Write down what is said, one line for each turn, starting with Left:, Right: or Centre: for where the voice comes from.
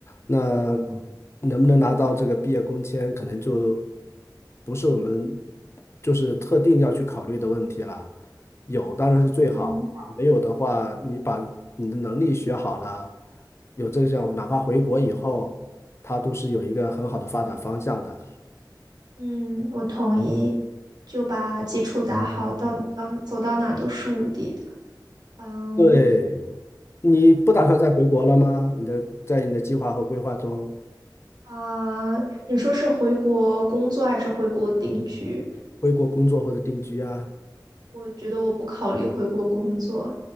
Left: 那
Right: 嗯
Left: 能不能拿到这个毕业工签，可能就不是我们就是特定要去考虑的问题了。有当然是最好，
Right: 嗯
Left: 没有的话，你把你的能力学好了，有这个项目，哪怕回国以后，他都是有一个很好的发展方向的。
Right: 嗯，我同意，就把基础打好，到到走到哪都是无敌的。嗯
Left: 对，你不打算再回国了吗？你的在你的计划和规划中，
Right: 啊，你说是回国工作还是回国定居？
Left: 回国工作或者定居啊？
Right: 我觉得我不考虑回国工作，